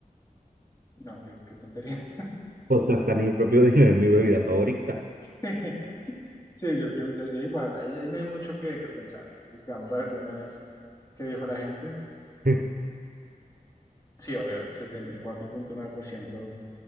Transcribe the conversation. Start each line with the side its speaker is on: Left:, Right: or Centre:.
Left: No, qué, qué tontería.
Right: pues gastar mi propio dinero en mi bebida favorita.
Left: <laughs> Sí, yo creo, yo, yo igual, ahí, ahí no hay mucho que, que pensar. Entonces, vamos a ver de una vez qué dijo la gente.
Right: <laughs>
Left: Sí, obvio, el 74.9%